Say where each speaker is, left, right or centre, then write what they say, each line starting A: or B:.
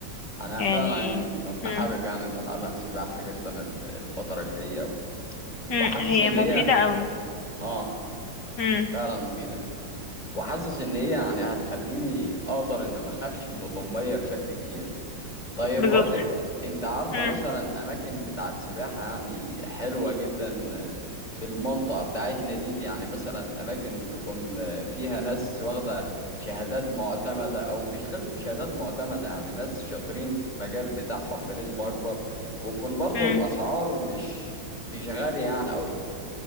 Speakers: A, on the left; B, on the left.
A: انا
B: يعني
A: فعلا كنت
B: امم
A: حابب يعني ان اتعلم سباحة جدا ال- الفترة الجاية و-
B: امم
A: وحاسس
B: هي
A: ان هي
B: مفيدة قوي
A: اه
B: امم
A: فعلا مفيدة وحاسس ان هي يعني هتخليني اقدر ان ما اخافش من المية بشكل كبير طيب
B: بالظبط
A: هقولك انت عارفة
B: امم
A: مثلا اماكن بتاعت سباحة يعني حلوة جدا في المنطقة بتاعتنا دي, دي يعني مثلا اماكن تكون فيها ناس واخدة شهادات معتمدة او مش لازم شهادات معتمدة يعني ناس شاطرين في المجال بتاعهم بنسبة اكبر ويكون برضو
B: امم
A: الاسعار مش مش غالية يعني قوي